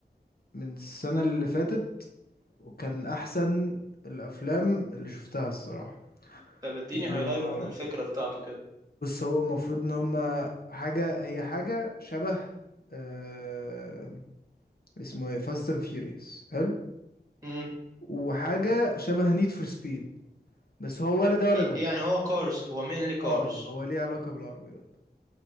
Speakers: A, on the left; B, on the right.
A: من السنة اللي فاتت وكان احسن الافلام اللي شفتها الصراحه
B: طب اديني
A: وبص
B: هايلايت عن الفكره بتاعته كده
A: هو المفروض ان هما حاجه هي حاجه شبه آه اسمه ايه فاست اند فيوريوس حلو
B: امم
A: وحاجه شبه نيد فور سبيد بس هو ولا ده ولا ده
B: يعني هو كارز هو مينلي كارز
A: اه هو ليه علاقه بالعربيات